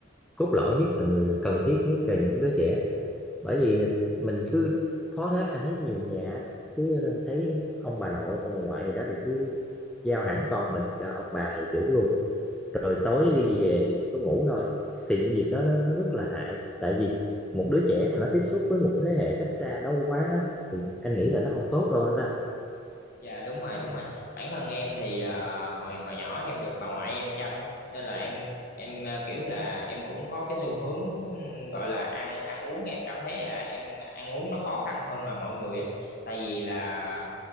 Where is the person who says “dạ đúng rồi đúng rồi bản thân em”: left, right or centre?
Left